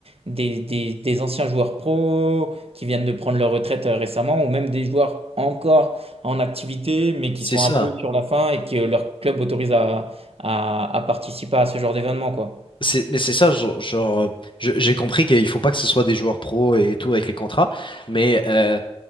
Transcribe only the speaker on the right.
des, des- des anciens joueurs pro qui viennent de prendre leur retraite euh, récemment, ou même des joueurs encore en activité, mais qui
sont
un peu sur la fin et que leur club autorise à, à- à participer à ce genre d'événement, quoi.